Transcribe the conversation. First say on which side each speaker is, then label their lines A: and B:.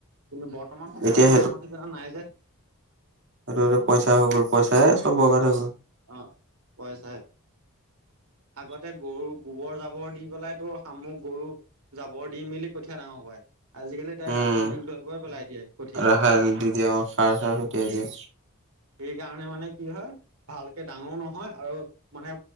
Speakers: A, on the right (about 85°); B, on the right (about 55°).
A: কিন্তু বৰ্তমান সময়ত
B: এতিয়া
A: সেইটো মানসিকতা নাই যে।
B: আৰু পইচা হৈ গ'ল পইচাই চব বৰ্বাদ হৈ গল।
A: অ পইচাই
B: <inaudible>
A: আগতে গৰু গোবৰ জাবৰ দি পেলাই তো শামুক গৰু জাবৰ দি মেলি কঠীয়া ডাঙৰ কয়ে। আজিকালি তাই
B: উম
A: ৰাসায়নিক দ্ৰব্যই পেলাই দিয়ে কঠিয়াত।
B: ৰাসায়নিক দি দিয়ে অ', সাৰ চাৰ ছটিয়াই দিয়ে
A: অ সেইকাৰণে মানে কি হয় ভালকে ডাঙৰ নহয় আৰু মানে